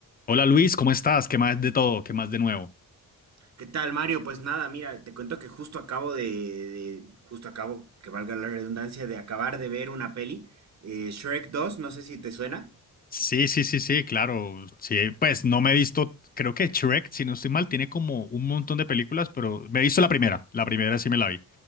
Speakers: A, on the left; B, on the right.
A: Hola Luis, ¿cómo estás? ¿Qué más de todo? ¿Qué más de nuevo?
B: ¿Qué tal, Mario? Pues nada, mira, te cuento que justo acabo de, de- justo acabo, que valga la redundancia, de acabar de ver una peli, eh, Shrek dos, no sé si te suena.
A: Sí, sí, sí, sí, claro. Sí, pues no me he visto, creo que Shrek, si no estoy mal, tiene como un montón de películas, pero me he visto la primera. La primera sí me la vi.